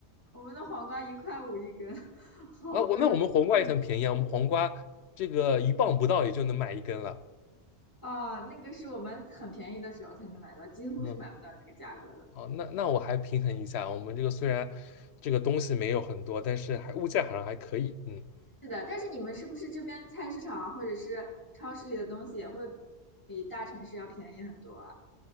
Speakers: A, on the left; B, on the left.
A: 我们的黄瓜一块五一根，<laughs> 好贵
B: 那我那我们黄瓜也很便宜啊，我们黄瓜这个一磅不到也就能买一根了，
A: 哦，那个是我们很便宜的时候才能买到，几乎是买不到这个价格的。
B: 嗯，哦，那那我还平衡一下，我们这个虽然这个东西没有很多，但是还物价好像还可以，嗯，
A: 是的，但是你们是不是这边菜市场啊或者是超市里的东西也会比大城市要便宜很多啊？